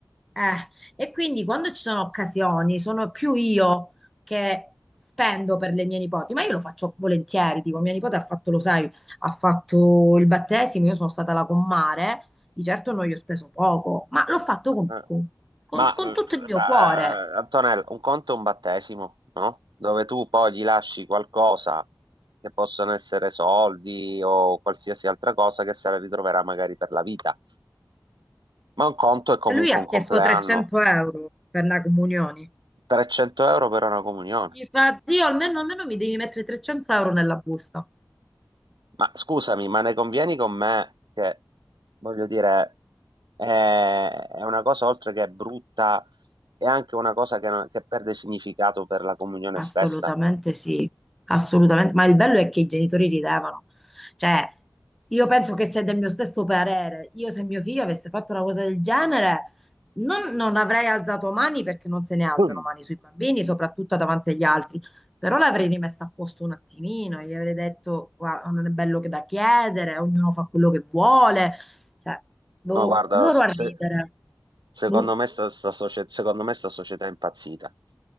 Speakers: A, in the centre; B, on the right.
A: Eh, e quindi quando ci sono occasioni, sono più io che spendo per le mie nipoti, ma io lo faccio volentieri. Tipo, mia nipote ha fatto, lo sai, ha fatto il battesimo, io sono stata la commare, di certo non gli ho speso poco, ma l'ho fatto con,
B: Eh,
A: con con-
B: Ma,
A: con
B: eh,
A: tutto il mio
B: ma,
A: cuore.
B: eh, Antonella, un conto è un battesimo, no? Dove tu poi gli lasci qualcosa che possono essere soldi o qualsiasi altra cosa che se la ritroverà magari per la vita. Ma un conto è comunque
A: E lui ha
B: un
A: chiesto
B: compleanno.
A: 300 euro per la comunione.
B: 300 euro per una comunione.
A: Infatti, io almeno, almeno mi devi mettere 300 euro nella busta.
B: Ma scusami, ma ne convieni con me che, voglio dire, è, è una cosa oltre che brutta, è anche una cosa che, non- che perde significato per la comunione
A: Assolutamente
B: stessa?
A: sì, assolutamente. Ma il bello è che i genitori ridevano. Cioè, io penso che sei del mio stesso parere. Io se mio figlio avesse fatto una cosa del genere, non, non avrei alzato mani perché non se ne alzano
B: Mm.
A: mani sui bambini, soprattutto davanti agli altri. Però l'avrei rimessa a posto un attimino, gli avrei detto, guarda, non è bello che da chiedere, ognuno fa quello che vuole. Cioè, boh,
B: No, guarda,
A: loro
B: se,
A: a ridere.
B: Secondo
A: Boh.
B: me sta, sta socie- secondo me sta società è impazzita.